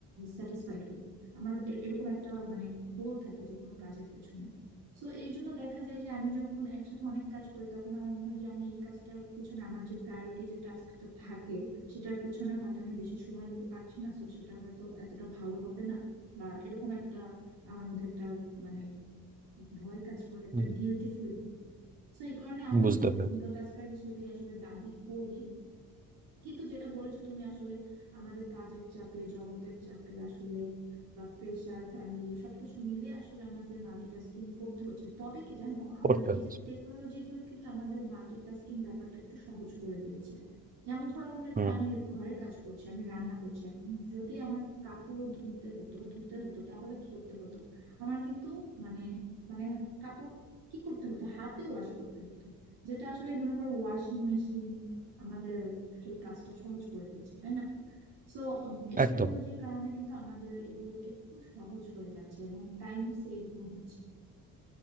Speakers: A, on the right (about 85°); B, on the right (about 20°).
A: স্যাটিসফাইড হই আমার এ- এরকম একটা মানে গোল থাকে যে কোনো কাজের পেছনে তো এই জন্য দেখা যায় যে আমি যখন একসাথে অনেক কাজ করি তখন আমার মনে হয় যে আমি এই কাজটার পিছনে আমার যে প্রায়োরিটি যে টাস্কটা থাকে সেটার পেছনে হয়তো আমি বেশি সময় দিতে পারছি না তো সেটা হয়তো এতটা ভালো হবে না বা এরকম একটা আমার মধ্যে একটা মানে ভয় কাজ করে একটা
B: হুম,
A: গিলটি ফিল তো এই কারণে আমিও
B: বুঝতে
A: নিজেকে
B: পেরেছি
A: সিঙ্গেল টাস্কার হিসেবে আসলে দাবি করি কিন্তু যেটা বলেছো তুমি আসলে আমাদের কাজের চাপে জগতের চাপে আসলে বা প্রেশার ফ্যামিলি সবকিছু মিলিয়ে আসলে আমাদের মাল্টিটাস্কিং করতে হচ্ছে তবে কি জানো আমাদের
B: করতে
A: এই
B: হচ্ছে
A: যে টেকনোলজি গুলো কিন্তু আমাদের মাল্টিটাস্কিং ব্যাপারটা একটু সহজ করে দিয়েছে যেমন ধরো মনে করো
B: হুম
A: আমি ঘরের কাজ করছি আমি রান্না করছি এখন যদি আমার কাপড় ধুতে হতো ধুতে হতো তাহলে কি করতে হতো আমার কিন্তু মানে মানে কাপড় কি করতে হতো হাতে ওয়াশ করতে হতো যেটা আসলে মনে করো ওয়াশিং মেশিন আমাদের সেই কাজটা সহজ করে দিয়েছে তাই না সো এই
B: একদম
A: টেকনোলজির কারণে কিন্তু আমাদের এগুলো একটু সহজ হয়ে যাচ্ছে এবং টাইম সেভিং হচ্ছে